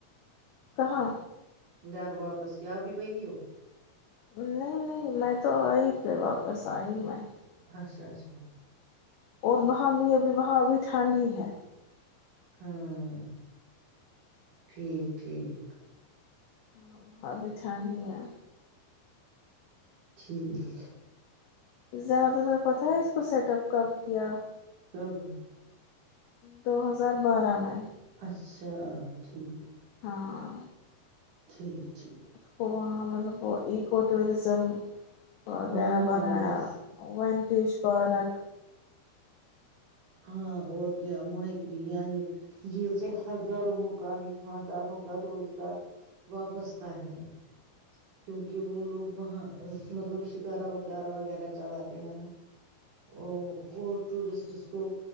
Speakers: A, on the left; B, on the right.
A: کہاں
B: گھر واپس آب بی ہو
A: نہیں نہیں میں تو آئی پھر واپس آئی میں
B: اچھا اچھا
A: اور وہاں بھی ابھی وہاں ابھی ٹھنڈ ہی ہے
B: ہاں ٹھیک ٹھیک
A: ہ وہ ابھی ٹھن ہے
B: ٹھیک
A: زیادہ تر پتہ ہے اس کو سیٹ اپ کم کیا
B: سب
A: دو ہزار بارہ میں
B: اچھا ٹھیک
A: ہاں
B: ٹھیک ٹھیک
A: کو مطلب ا ایکو ٹوریزم وغیرہ
B: ہاں
A: بنایا
B: ویس
A: وینتیش پارک
B: ہاں اور کیا ماہ گری یعنی جی سے ہزاروں مقامی خاندانوں کا روزگار وابستہ ہے کیونکہ وہ لوگ وہاں مطلب شکارا وکارہ وغیرہ چلاتے ہیں نا ا وہ ٹورسٹس کو